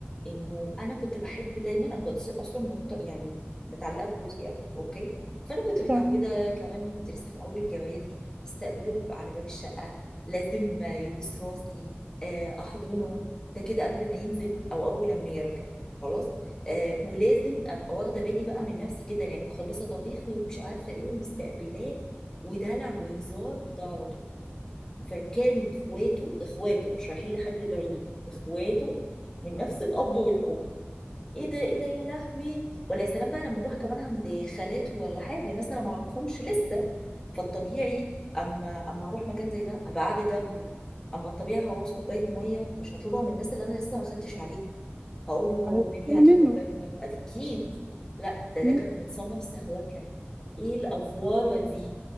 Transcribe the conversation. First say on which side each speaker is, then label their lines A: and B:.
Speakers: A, on the left; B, on the right.
A: انه انا كنت بحب دايما انا كنت اصلا مرت... يعني متعلقه بجوزي قوي اوكي فانا كنت متعوده
B: تمام
A: كمان كنت لسه في اول جوازي استقبله على باب الشقه لازم يبوس راسي آه، احضنه ده كده قبل ما ينزل او اول لما يرجع خلاص آه ولازم ابقى واخده بالي بقى من نفسي جدا يعني مخلصه طبيخي ومش عارفه ايه ومستقبلاه ودلع وهزار ده على طول فكانوا اخواته اخواته مش رايحين لحد بعيد اخواته من نفس الاب والام ايه ده ايه ده يا لهوي ولا يا سلام بقى لما نروح كمان عند خالاته ولا حاجه ناس انا ما اعرفهمش لسه فالطبيعي اما اما اروح مكان زي ده ابقى قاعده جنبه اما الطبيعي هعوز كوبايه ميه مش هطلبها من الناس اللي انا لسه ما خدتش عليهم هقول له
B: عرفتيها
A: النبي هات
B: منه
A: لي كوبايه ميه اكيد لا ده
B: مم.
A: ده كانت متصنف سهوكه ايه الافواره دي